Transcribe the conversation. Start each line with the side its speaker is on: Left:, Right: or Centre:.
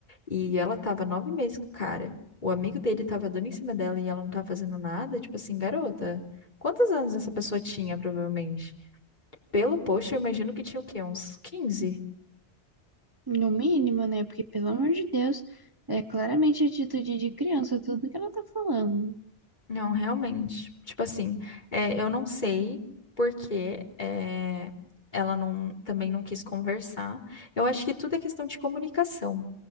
Left: E ela tava nove meses com o cara. O amigo dele tava dando em cima dela e ela não tava fazendo nada. Tipo assim, garota, quantos anos essa pessoa tinha, provavelmente? Pelo post, eu imagino que tinha o quê? Uns quinze
Right: No mínimo, né? Porque, pelo amor de Deus, é claramente atitude de criança, tudo que ela tá falando.
Left: Não, realmente. Tipo assim, é, eu não sei porque é, ela não, também não quis conversar. Eu acho que tudo é questão de comunicação.